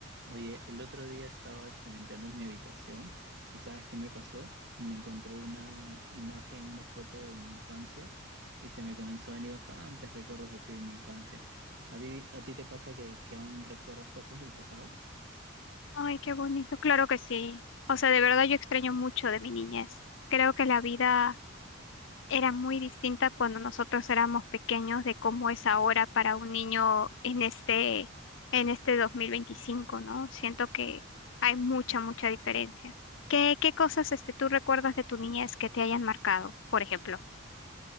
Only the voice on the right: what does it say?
Oye, el otro día estaba este, limpiando mi habitación y ¿sabes qué me pasó? Me encontré una imagen, una foto de mi infancia y se me comenzó a venir bastantes recuerdos así de mi infancia. ¿A ti, a ti te pasa que, que aún recuerdas cosas del pasado?